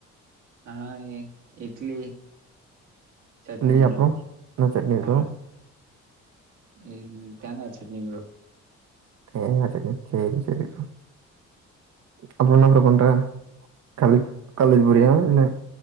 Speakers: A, on the right; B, on the right.
A: நா இட்லி சட்னி
B: இட்லி அப்புறம்?
A: ப்ரோ
B: என்ன சட்னி ப்ரோ?
A: அவ்ளோ இங்க தேங்கா சட்னி ப்ரோ
B: தேங்கா சட்னியா செரி செரி ப்ரோ அப்றோம் என்ன ப்ரோ பண்ற காலேஜ் காலேஜ் போறியா இல்ல